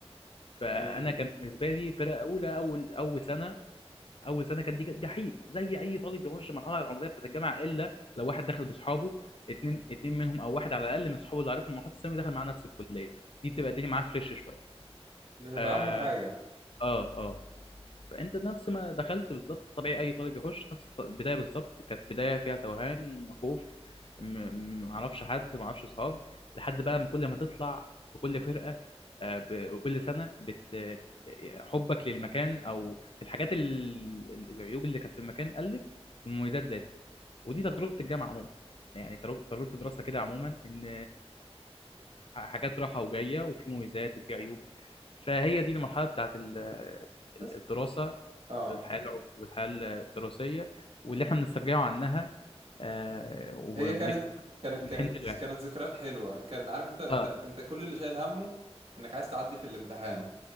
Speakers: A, on the left (about 55°); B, on the right (about 65°).
A: فانا
B: امم
A: كان بالنسبه لي فرقه اولى اول اول سنه اول سنه كانت دي كانت جحيم زي اي طالب بيخش المرحله العمريه بتاعت الجامعه الا لو واحد دخل باصحابه اتنين اتنين منهم او واحد على الاقل من صحابه اللي عارفهم من محيط الثانوي دخل معاه نفس الكليه دي بتبقى الدنيا معاه فريش شويه
B: بتبقى
A: اه
B: احلى حاجه
A: اه, آه. فانت نفس ما دخلت بالظبط طبيعي اي طالب يخش نفس الط- البدايه بالظبط كانت بدايه فيها توهان خوف م- م- معرفش حد معرفش اصحاب لحد بقى ما كل ما تطلع بكل فرقه آه، ب- وكل سنه بت حبك للمكان او الحاجات ال- العيوب اللي كانت في المكان قلت والمميزات زادت ودي تجربه الجامعه عموما يعني تجربه تجربة الدراسه كده عموما ان حاجات رايحه وجايه وفي مميزات وفي عيوب فهي دي المرحله بتاعت ال-
B: بس
A: الدراسه
B: اه
A: الحياة الع- والحياة الدراسية واللي احنا بنسترجعه عنها آه وبنفتكر
B: هي كانت كانت
A: بنحن
B: كانت
A: له يعني
B: كانت ذكريات حلوه كان عارف انت انت
A: اه
B: انت كل اللي شايل همه انك عايز تعدي في الامتحان